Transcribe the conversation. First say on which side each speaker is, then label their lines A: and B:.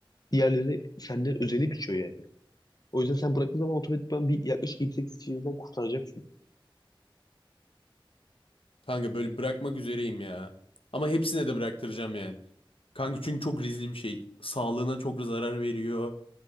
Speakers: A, on the left; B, on the left.
A: Diğerleri senden özenip içiyor yani. O yüzden sen bıraktığın zaman otomatikman bir yaklaşık 7-8 kişiden kurtaracaksın.
B: Kanka böyle bırakmak üzereyim ya. Ama hepsine de bıraktıracağım yani. Kanka çünkü çok riskli bir şey. Sağlığına çok zarar veriyor.